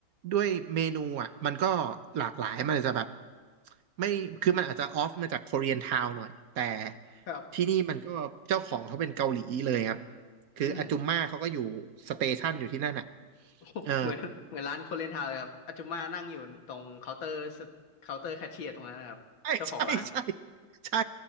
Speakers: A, on the right; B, on the left.
A: ด้วยเมนูอ่ะมันก็หลากหลายมันอาจจะแบบไม่คือมันอาจจะออฟมาจากค o เรียนทาวหน่อยแต่
B: ครับ
A: ที่นี่มันก็เจ้าของเขาเป็นเกาหลีเลยครับคืออาจุมม่าเขาก็อยู่สเตชันอยู่ที่นั่นอ่ะ
B: อืม <laughs> โอ้เหมือนเหมือนร้านโคเรียนทาวน์เลยครับอาจุมานั่งอยู่ตรงเคาน์เตอร์
A: เออ
B: เคาน์เตอร์แคชเชียร์ตรงนั้นนะครับเจ้าของร้าน
A: ใช่ <laughs> ใช่ใช่ใช่